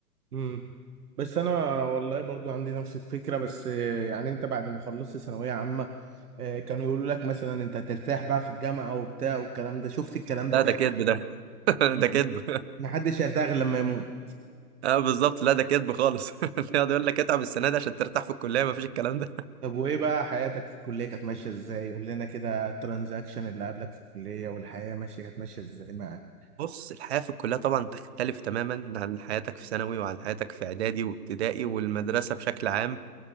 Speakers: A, on the right; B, on the right.
A: امم بس انا والله برضو عندي نفس الفكره بس آه، يعني انت بعد ما خلصت ثانويه عامه آه، كانوا يقولوا لك مثلا انت هترتاح بقى في الجامعه وبتاع والكلام ده شفت الكلام ده
B: لا
A: فعلا
B: ده كدب ده <laughs>
A: مم.
B: ده كدب
A: محدش هيرتاح غير لما يموت
B: اه بالظبط لا ده كدب خالص <laughs> يقعد يقول لك اتعب السنه دي عشان ترتاح في الكليه ما فيش الكلام ده
A: طب وايه بقى حياتك في الكلية كانت ماشية ازاي؟ قول لنا كده الترانزاكشن اللي قابلك في الكلية والحياة ماشية كانت ماشية ازاي معاك؟
B: <laughs> بص الحياه في الكليه طبعا تختلف تماما عن حياتك في ثانوي وعن حياتك في اعدادي وابتدائي والمدرسه بشكل عام